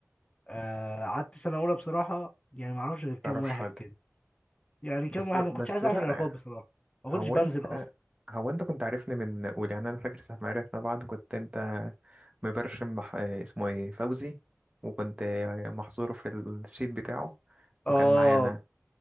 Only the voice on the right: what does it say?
تعرفش
حد
بس
بس
لا
يعني،
هو
انت
هو انت كنت عارفني من اولى يعني انا فاكر ساعة ما عرفنا بعض كنت انت مبرشم مح... اسمه ايه فوزي وكنت محظور في الشيت بتاعه وكان
معايا انا